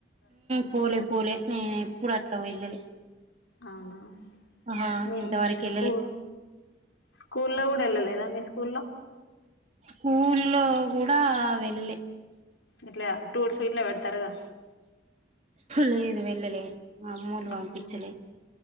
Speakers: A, on the right (about 35°); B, on the left (about 85°).
A: పోలే పోలే నేను ఎప్పుడు అట్లా వెళ్ళలే
B: అవునా
A: ఆహా
B: మీ
A: ఇంతవరకు
B: స్కూ
A: వెళ్ళలే
B: స్కూ లో కూడా వెళ్ళలేదా మీ స్కూల్లో
A: స్కూల్లో కూడా వెళ్లే
B: ఇట్ల టూర్స్ ఇట్ల పెడతారుగా
A: లేదు వెళ్ళలే మా అమ్మోళ్ళు
B: ఉహు
A: పంపించలే